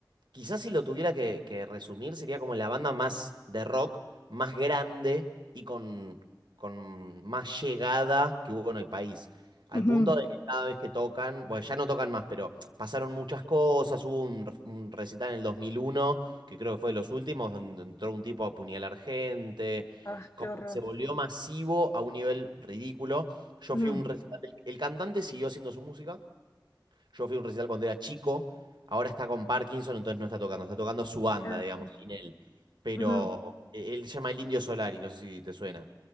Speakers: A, on the right; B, on the left.
A: quizás si lo tuviera que, que resumir sería como la banda más de rock, más grande y con, con más llegada que hubo en el país. Al
B: Ujú,
A: punto de que cada vez que tocan, bueno, ya no tocan más, pero pasaron muchas cosas. Hubo un, re- un recital en el 2001 que creo que fue de los últimos, donde entró un tipo a apuñalar gente.
B: Ah,
A: Como
B: qué horror.
A: que se volvió masivo a un nivel ridículo. Yo
B: ujú,
A: fui a un recital, el, el cantante siguió haciendo su música. Yo fui a un recital cuando era chico. Ahora está con Parkinson, entonces no está tocando. Está tocando su banda,
B: Qué asco.
A: digamos, sin él. Pero
B: ujú.
A: eh, él se llama El Indio Solari, no sé si te suena